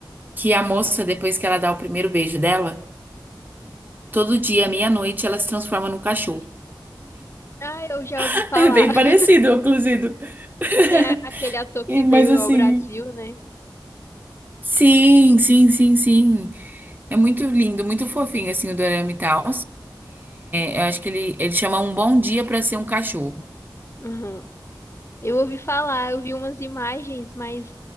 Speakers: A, on the right; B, on the left.
A: que a moça, depois que ela dá o primeiro beijo dela, todo dia, meia-noite, ela se transforma num cachorro.
B: Ah, eu já
A: <laughs>
B: ouvi falar.
A: É bem parecido,
B: <laughs>
A: inclusive. <laughs>
B: Que tem a- aquele ator que
A: E- Mas
B: veio
A: assim.
B: ao Brasil, né?
A: Sim, sim, sim, sim. É muito lindo, muito fofinho, assim, o Dorama e tal. eu acho que ele, ele chama Um Bom Dia pra Ser um Cachorro.
B: Uhum. Eu ouvi falar, eu vi umas imagens, mas